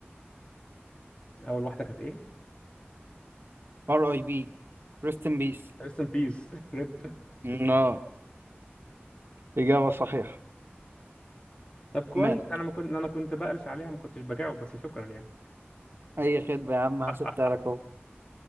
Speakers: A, on the left (about 25°); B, on the right (about 60°).
A: اول واحده كانت ايه
B: ار اي بي ريست ان بيس
A: ريست ان بيس <laughs> ريب
B: اه إجابة صحيحة
A: طب كويس
B: مات
A: انا ما كنت انا كنت بقلش عليها ما كنتش بجاوب بس شكرا يعني
B: أي خدمة يا عم هسبتها
A: <laughs>
B: لك